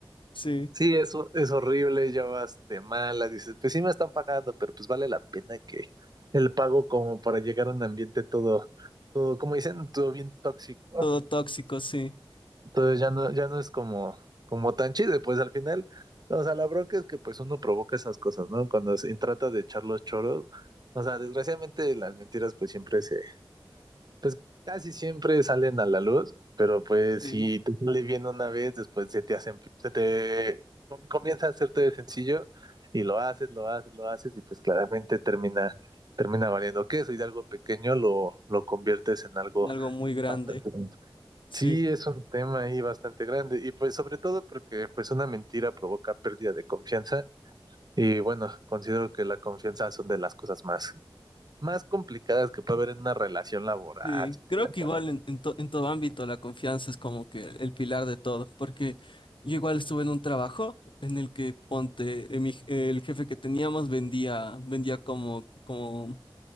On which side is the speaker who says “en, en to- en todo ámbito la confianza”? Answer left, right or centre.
Left